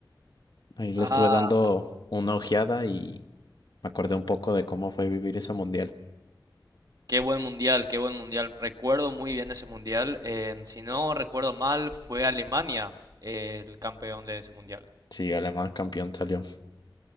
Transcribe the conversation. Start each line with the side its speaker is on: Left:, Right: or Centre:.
Left: Ahí le
Right: Ah,
Left: estuve dando una ojeada y me acordé un poco de cómo fue vivir ese Mundial.
Right: qué buen mundial, qué buen mundial. Recuerdo muy bien ese mundial. em, si no recuerdo mal, fue Alemania eh, el campeón de ese mundial.
Left: Sí, Alemán campeón salió.